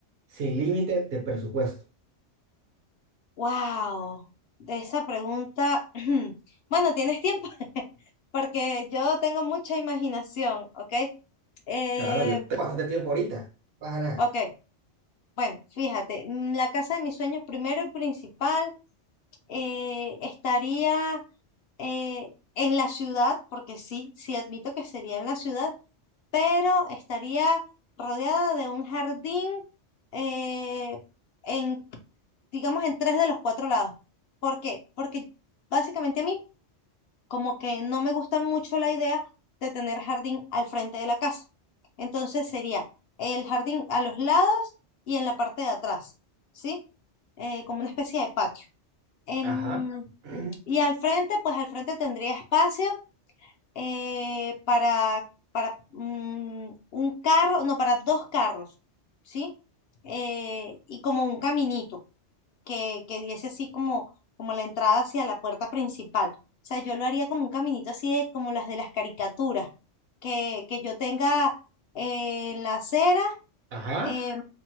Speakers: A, on the right; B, on the left.
A: Sin límite de presupuesto.
B: Wow, de esa pregunta. <clears throat> Bueno, tienes tiempo, <laughs> porque yo tengo mucha imaginación, ¿ok? Eh,
A: Claro, yo tengo bastante tiempo ahorita. Para nada.
B: ok, bueno, fíjate, mm, la casa de mis sueños primero y principal eh, estaría eh, en la ciudad, porque sí, sí admito que sería en la ciudad, pero estaría rodeada de un jardín eh, en, digamos, en tres de los cuatro lados. ¿Por qué? Porque básicamente a mí como que no me gusta mucho la idea de tener jardín al frente de la casa. Entonces sería el jardín a los lados y en la parte de atrás, ¿sí? Eh, como una especie de patio. Em,
A: Ajá. <clears throat>
B: y al frente, pues al frente tendría espacio eh, para, para mm, un carro, no, para dos carros, ¿sí? Eh, y como un caminito que, que diese así como, como la entrada hacia la puerta principal. O sea, yo lo haría como un caminito así de, como las de las caricaturas, que, que yo tenga eh, en la acera
A: Ajá.
B: em,